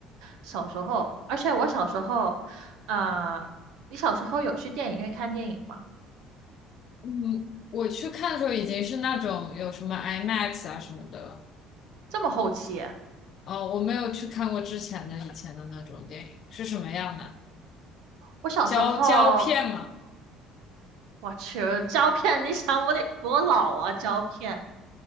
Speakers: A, on the right; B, on the left.
A: 小时候，而且我小时候，呃，你小时候有去电影院看电影吗？
B: 嗯，我去看的时候已经是那种有什么 IMAX 啊什么的了。
A: 这么后期啊？
B: 哦，我没有去看过之前的以前的那种电影，是什么样的？
A: 我小时候，
B: 胶胶片吗？
A: 我去，胶片，你想我得多老啊？胶片，